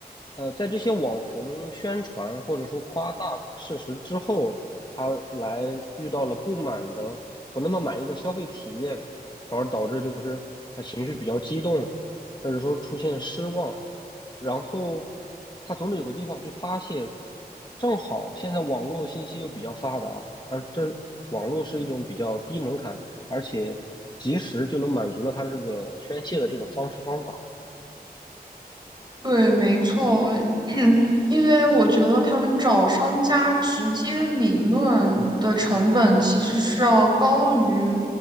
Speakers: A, on the left; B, on the right.
A: 呃，在这些网红宣传或者说夸大事实之后，他来遇到了不满的、不那么满意的消费体验，反而导致就是他情绪比较激动，甚至说出现失望，然后他总得有个地方去发泄。正好现在网络信息又比较发达，而这网络是一种比较低门槛。而且及时就能满足了他这个宣泄的这种方式方法。
B: 对，没错，<clears throat> 因为我觉得他们找商家直接理论的成本其实是要高于，